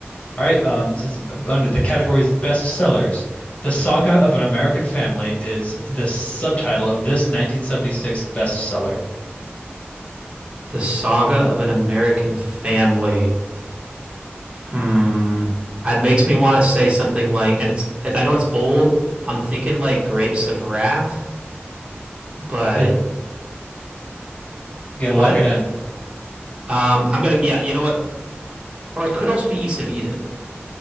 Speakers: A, on the left (about 30°); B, on the right (about 25°).
A: All right. Um, this is under the category's best sellers. The Saga of an American Family is the subtitle of this 1976 bestseller.
B: The Saga of an American Family Hmm. It makes me want to say something like, and it's, it, I know it's old. I'm thinking like Grapes of Wrath, but
A: It, you gotta
B: what?
A: lock it in.
B: Um, I'm gonna, yeah, you know what? Or it could also be East of Eden.